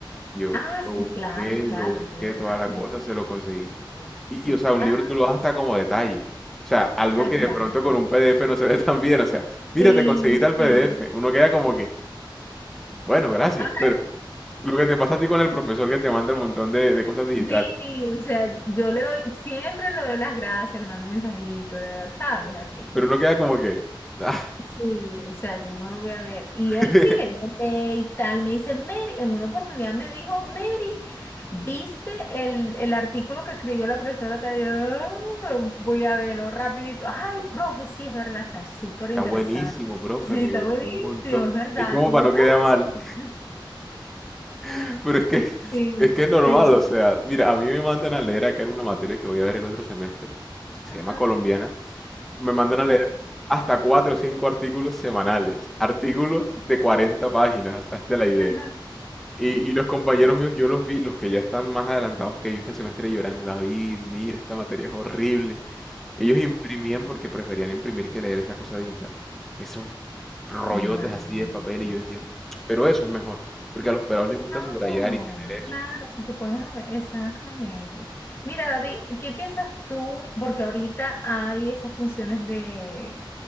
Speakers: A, in the centre; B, on the left.
A: y yo
B: Ah,
A: lo
B: sí,
A: busqué,
B: claro, claro,
A: lo busqué,
B: el nombre
A: toda
B: de la-
A: la
B: de
A: cosa,
B: la-
A: se lo conseguí.
B: Sí,
A: Y,
B: sí.
A: y, o sea, un
B: Ah,
A: libro tú lo das hasta como detalle. O sea, algo
B: ah,
A: que
B: claro.
A: de pronto con un PDF no se ve tan bien. O sea, mira,
B: Sí,
A: te conseguí tal
B: sí.
A: PDF. Uno queda como que, bueno, gracias.
B: Ah,
A: Pero lo que te pasa a ti con el profesor que te manda el montón de, de cosas digitales.
B: sí, o sea, yo le doy, siempre le doy las gracias, le mando un mensajito, le- ¿sabes? Así pues.
A: Pero uno queda como que, ah.
B: Sí, o sea, yo no lo voy a ver. Y él
A: <laughs>
B: sí, él lo lee y tal. Me dice, Mary, en una oportunidad me dijo, Mary, ¿viste el, el artículo que escribió la profesora? tal?" Y yo, "Ah, voy a verlo rapidito. Ay, profe, sí, es verdad, está súper
A: Está
B: interesante.
A: buenísimo, profe,
B: Sí,
A: me
B: está
A: gustó
B: buenísimo,
A: un montón.
B: es verdad,
A: Hay como
B: tiene
A: para no
B: todo
A: quedar mal,
B: lo... <laughs>
A: <laughs> pero es que
B: Sí,
A: es que es normal,
B: sí.
A: o sea, mira, a mí me mandan a leer acá en una materia que voy a ver el otro semestre, que
B: Ajá,
A: se llama colombiana, me mandan
B: ajá,
A: a leer hasta cuatro o cinco artículos semanales, artículos de 40 páginas, hasta la idea.
B: ajá.
A: Y, y los compañeros
B: No,
A: míos, yo los vi, los que ya están más adelantados que yo este semestre llorando, David, mira, esta materia es horrible, Ellos imprimían porque preferían imprimir que leer esa cosa digital. Esos rollotes
B: imagínate.
A: así de papel y yo decía, pero eso es mejor, porque a los pelados les gusta
B: Claro,
A: subrayar y tener eso.
B: claro, si te pones a ver, exactamente. Mira, David, ¿qué piensas tú? Porque ahorita hay esas funciones de,